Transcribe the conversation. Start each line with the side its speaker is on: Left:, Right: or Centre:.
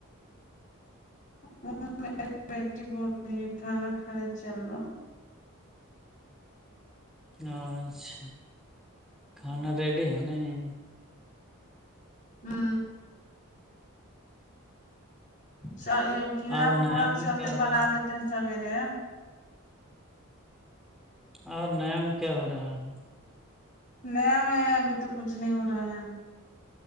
Left: میری بیٹی بول رہی ہے کھانا کھانے چلو
Centre: ہاں اچھا کھانا ریڈی ہے نہیں
Left: ھم س یہ کیڑا
Centre: اور نیا
Left: مکوڑا کے
Centre: میں
Left: چلتے
Centre: کیا ہو
Left: بنا
Centre: رہا
Left: لیتے ہیں سویرے
Centre: اور نیا میں کیا ہو رہا ہے
Left: نیا میں ابھی تو کچھ نہیں ہو رہا ہے